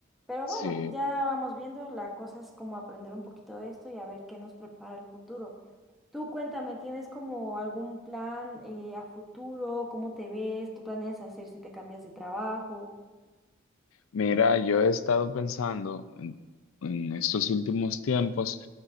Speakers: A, in the centre; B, on the left.
A: Pero
B: Sí.
A: bueno, ya vamos viendo, la cosa es como aprender un poquito de esto y a ver qué nos prepara el futuro. Tú cuéntame, ¿tienes como algún plan eh, a futuro? ¿Cómo te ves? ¿Qué planeas hacer si te cambias de trabajo?
B: Mira, yo he estado pensando en, en estos últimos tiempos